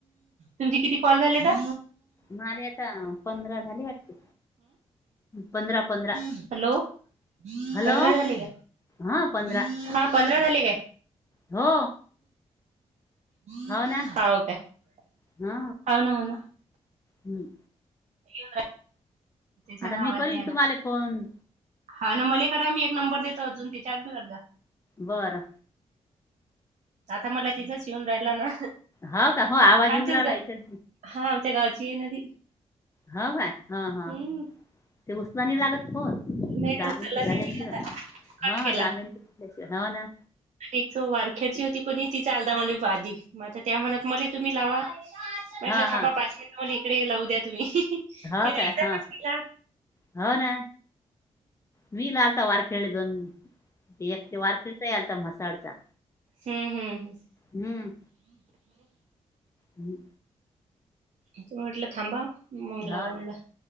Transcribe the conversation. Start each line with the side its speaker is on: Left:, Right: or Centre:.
Right: तुमचे किती कॉल झालेता
Left: माले आता पंधरा झाली वाटते पंधरा पंधरा
Right: हॅलो पंधरा
Left: हॅलो
Right: झाले का
Left: हा पंधरा
Right: पंधरा झाले काय
Left: हो
Right: ह
Left: हो
Right: ह
Left: ना
Right: का
Left: हा
Right: होनन
Left: हम्म
Right: येन त्याच्यानं
Left: आता मी
Right: आवाज
Left: करील
Right: नाही येणार
Left: तुम्हाला फोन
Right: हा ना मला करा मी एक नंबर देतो अजून ते चार बी करज
Left: बारा
Right: आता मला तिथच येऊन राहिला ना
Left: हो का हो आवाज येऊन
Right: आमच्याच
Left: राहिला याच्यात
Right: हा आ च्याकाची नदी
Left: ह काय हा हा
Right: हम्म
Left: ते उसतनी लागत हो दहा
Right: नाही ना उचलला
Left: मिनिट
Right: नाही
Left: झाल्याशिवाय
Right: मी आता कट
Left: हा
Right: केला
Left: दहा मिनट झाल्याशिवाय ह ना
Right: आणि एक वारख्याची होती कोणी तिचा अलधमाल पाध मग त्या म्हणत म तुम्ही लावा म्हटलं
Left: हा
Right: थांबा
Left: हा
Right: पाच मिनट म्ह इकडे लावू द्या तुम्ही तिन
Left: हो काय
Right: एकदमच
Left: हा
Right: केला
Left: हो ना मी लालता वार खेळले दोन एक ते वार खेळता आलता मस्त चढचा
Right: हम् हम् ह्
Left: हम्म हम्म.
Right: त म्हटलं थांबा मग लावा
Left: हो
Right: मला
Left: ना